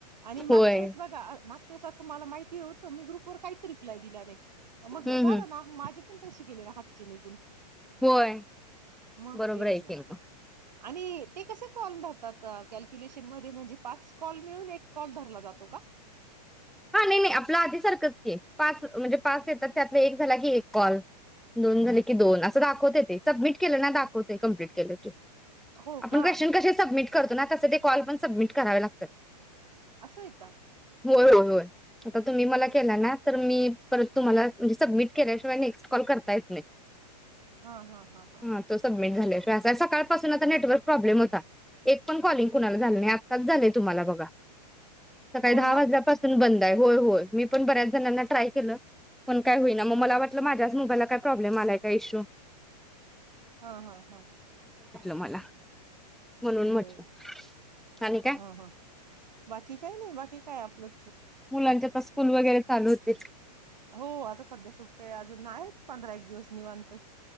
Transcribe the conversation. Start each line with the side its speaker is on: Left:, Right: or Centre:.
Right: आणि
Centre: होय
Right: मागच्या वेळी बघा आ ते असं मला माहिती होतं मी ग्रुपवर काहीच रिप्लाय दिला नाही मगं
Centre: हम्म
Right: झालं
Centre: हम्म
Right: ना माझे कुठून पैसे गेले ना हात चे निघून
Centre: होय
Right: मगं
Centre: बरोबर
Right: तेचं
Centre: आहे की
Right: ना
Centre: मग.
Right: आणि ते कसे कॉल ध क कॅक्युलेशन मध्ये म्हणजे पाच कॉल मिळून एक कॉल धरला जातो का?
Centre: हां नाही नाही आपलं आधी सारखंच ते पाच म्हणजे पाच येतात त्यातलं एक झाला की एक कॉल दोन झाले की दोन असं दाखवते ते सबमिट केलं ना दाखवते कम्प्लीट केलं की
Right: हो
Centre: आपण
Right: का
Centre: क्वेश्चन कसे सबमिट करतो ना तसे कॉल पण सबमिट करावे लागतात
Right: असयं का?
Centre: होयं होयं होय आतां तुम्ही मला
Right: हा
Centre: केला ना तर मी परत तुम्हांला म्हणजे सबमिट केल्याशिवाय नेक्स्ट कॉल करता येत नाही
Right: हा हा हा हा
Centre: हां तो सबमिट झालाय. याचा सकाळ पासून आता नेटवर्क प्रॉब्लेम होता एक पण कॉलिंग कुणाला झालं नाही आत्ताच झालंय तुम्हाला बघा. सकाळी
Right: हो
Centre: दहा
Right: ना
Centre: वाजल्यापासून बंद आहे होयं होयं मी पणं बऱ्याचं जणांना ट्राय केलं पणं काय होईना, मला वाटलं माझ्याच मोबाईलला काय प्रॉब्लेम आलाय काय इशू
Right: हां हां हां
Centre: मला म्हणून म्हटलं
Right: बरं
Centre: आणि काय
Right: हां हां बाकी काय नाही बाकी हां आपलं
Centre: मुलांच्या आता स्कूल वगैरे चालू <unintelligible>
Right: हो आता सध्या सुट्ट्या अजून आहेत पंधरा एक दिवस निवांत